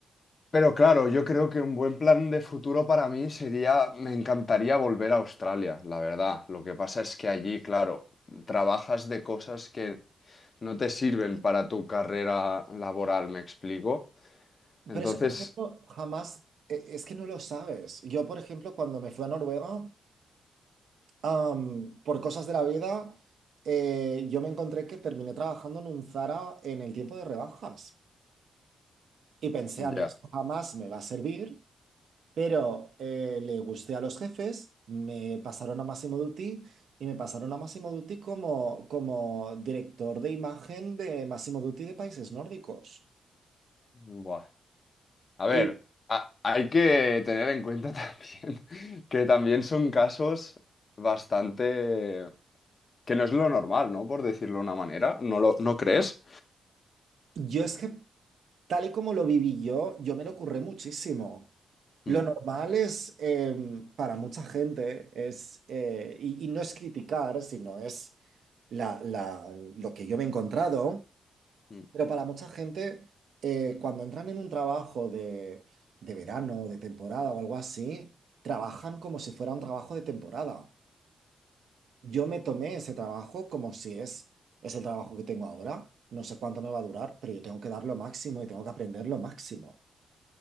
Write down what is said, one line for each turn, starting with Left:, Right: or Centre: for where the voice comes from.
Left: Pero claro, yo creo que un buen plan de futuro para mí sería, me encantaría volver a Australia, la verdad. Lo que pasa es que allí, claro, trabajas de cosas que no te sirven para tu carrera laboral, ¿me explico? Entonces,
Right: Pero eso, por ejemplo, jamás, e- es que no lo sabes. Yo, por ejemplo, cuando me fui a Noruega, am, por cosas de la vida, eh, yo me encontré que terminé trabajando en un Zara en el tiempo de rebajas. Y pensé,
Left: ya,
Right: a mí esto jamás me va a servir, Pero eh, le gusté a los jefes, me pasaron a Massimo Dutti y me pasaron a Massimo Dutti como, como director de imagen de Massimo Dutti de países nórdicos.
Left: buah. A ver,
Right: Y
Left: a- hay que tener en cuenta <laughs> también que también son casos bastante... que no es lo normal, ¿no? Por decirlo de una manera, ¿no lo, no crees?
Right: yo es que, tal y como lo viví yo, yo me lo curré muchísimo. Lo
Left: Mm,
Right: normal es, em, para mucha gente, es, eh, y, y no es criticar, sino es la, la- lo que yo me he encontrado
Left: mm.
Right: Pero para mucha gente, eh, cuando entran en un trabajo de, de verano, de temporada o algo así, trabajan como si fuera un trabajo de temporada. Yo me tomé ese trabajo como si es, es el trabajo que tengo ahora. No sé cuánto me va a durar, pero yo tengo que dar lo máximo y tengo que aprender lo máximo.